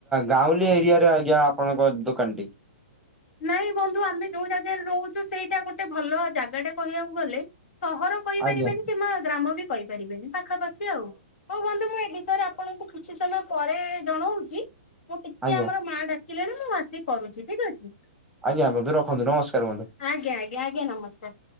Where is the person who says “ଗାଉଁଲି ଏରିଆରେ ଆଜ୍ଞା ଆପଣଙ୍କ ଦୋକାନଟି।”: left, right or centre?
Centre